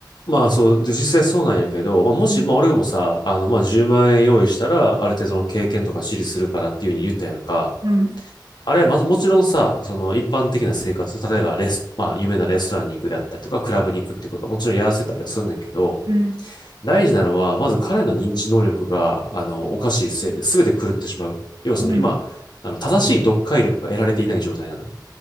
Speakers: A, on the left; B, on the right.
A: まあそう、で、実際そうなんやけど、まあもし、
B: うん。
A: まあ俺がもさ、あの、まあ10万円用意したら、ある程度の経験とか知りするからっていうふうに言ったやんか。
B: うん。
A: あれは、ま、もちろんさ、その一般的な生活、例えばレス、まあ有名なレストランに行くであったりとか、クラブに行くってことはもちろんやらせたりはすんねんけど、
B: うん。
A: 大事なのは、まず彼の認知能力が、あの、おかしいせいで全て狂ってしまう。要はその今、
B: うん。
A: あの、正しい読解力が得られていない状態なのよ。